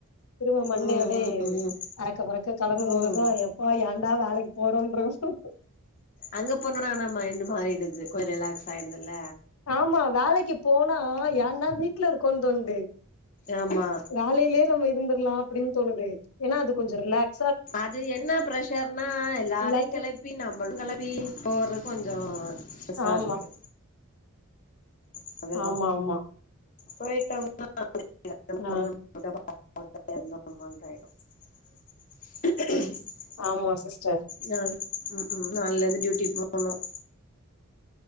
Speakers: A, on the left; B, on the left.
A: திரும்ப மண்டையோட
B: ம் ம் ம்
A: அறக்க பறக்க கெளம்பும் போது
B: ம்
A: எப்பா ஏண்டா வேலைக்கு போறோன்ருக்கும்
B: அங்க போணோன்னா ஆனா மைண்ட் மாறிடுது கொஞ்சம் ரிலாக்ஸ் ஆயிடுது இல்ல
A: ஆமா வேலைக்கு போனா ஏன்டா வீட்டுல இருக்கோன்னு தோணுது
B: ஆமா
A: வேலையிலே நம்ம இருந்துரலாம் அப்படின்னு தோணுது ஏன்னா அது கொஞ்சம் ரிலாக்ஸ்
B: அது என்ன ப்ரஷர்னா எல்லாரையும்
A: எல்லாத்து
B: கெளைப் ப்பி நம்பளும் கெளப்பி போறது கொஞ்சோ பெருசா
A: ஆமா
B: இருக்கு அதேதான்
A: ஆமா ஆமா
B: போயிட்டோம்னா ஒன்னும்
A: ஆ
B: தெரியாது நமக்கு <unintelligible>
A: ஆமா சிஸ்டர்
B: நாள் உம் உம் நாளைல இருந்து டியூட்டி போணும்